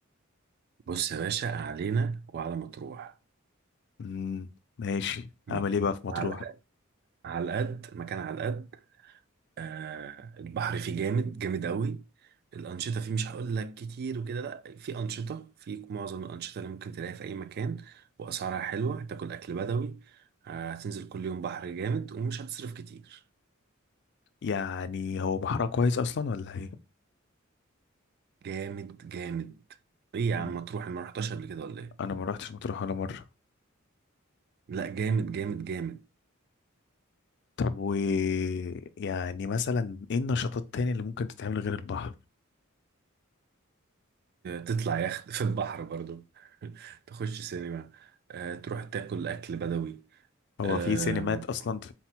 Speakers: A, on the right (about 50°); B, on the left (about 55°).
A: بص يا باشا علينا وعلى مطروح
B: امم ماشي
A: مط-
B: اعمل ايه بقى في مطروح
A: على على القد مكان على القد آه البحر فيه جامد جامد قوي الأنشطة فيه مش هقول لك كتير وكده لا في أنشطة في معظم الأنشطة اللي ممكن تلاقيها في أي مكان وأسعارها حلوة هتاكل أكل بدوي آه، هتنزل كل يوم بحر جامد ومش هتصرف كتير
B: يعني هو بحرها كويس اصلا ولا ايه
A: جامد جامد إيه يا
B: مم،
A: عم مطروح أنا ما رحتهاش قبل كده ولا إيه؟
B: انا ما رحتش مطروح ولا مره
A: لا جامد جامد جامد
B: طب و يعني مثلا ايه النشاطات تاني اللي ممكن تتعمل غير البحر
A: تطلع يخت في البحر برضو <laughs> تخش سينما آه، تروح تاكل أكل بدوي
B: هو
A: آم،
B: في سينمات اصلا في